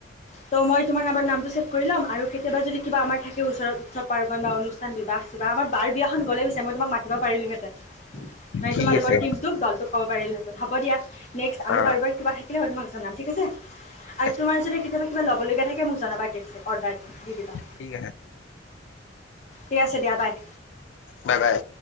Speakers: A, on the left (about 40°); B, on the left (about 75°).
A: ত' মই তোমাৰ নাম্ব নামটো ছেভ কৰি ল'ম আৰু কেতিয়াবা যদি কিবা আমাৰ থাকে ওচৰতৎস পাৰ্বণ বা অনুষ্ঠান বিবাহ আ বা আমাৰ বাৰ বিয়াখন গ'লেইিচ মই তোমাক মাতি পাৰিলোঁহেঁতেন। মানে
B: ঠিক
A: তোমালোকৰ
B: আছে
A: টমটোক দলটো ক' পাৰিলে। হ'ব দিয়া। নেক্স আৰু
B: অ
A: কাৰোবাৰ কিবা থাকিলে তুমাক জনাম ঠিক আছে আৰু
B: ঠিক আছে
A: তোমাৰ যদি কেতিয়াবা কিবা ল'ল লগগীয়া থাকে মোক জনাবা কেক চেক। অৰ্ডাৰ দি দিবা
B: ঠিক আছে
A: ঠিক আছে দিয়া বাই।
B: Bye bye